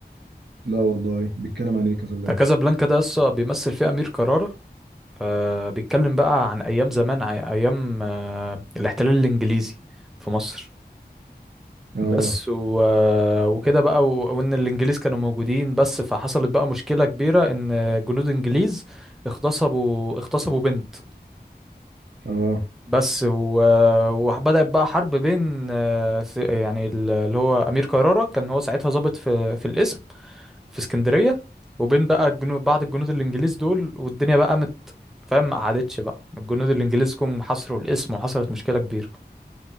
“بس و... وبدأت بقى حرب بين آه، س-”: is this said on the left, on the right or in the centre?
Centre